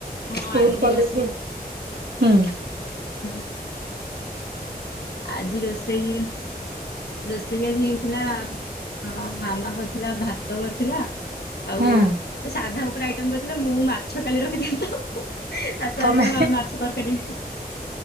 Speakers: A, on the left; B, on the right.
A: ହଁ
B: ସ୍କୁଲ
A: ଆଜି
B: କଲେଜ
A: ରୋଷେ
B: ହୁଁ।
A: ହୁଁ। ଆଜି ରୋଷେଇ ରୋଷେଇ ଆଜି ହେଇଥିଲା ଅଁ-ମାମା କରିଥିଲା ଭାତ କରିଥିଲା ଆଉ
B: ହୁଁ
A: ଏ ସାଧା ଉପରେ ଆଇଟମ୍ କରିଥିଲା ମୁଁ ମାଛ କାଲି ରଖିଥିଲି ତ ତାକୁ
B: ତମେ
A: ଆଜି ମୁଁ ଆଉ ମାଛ ତରକାରୀ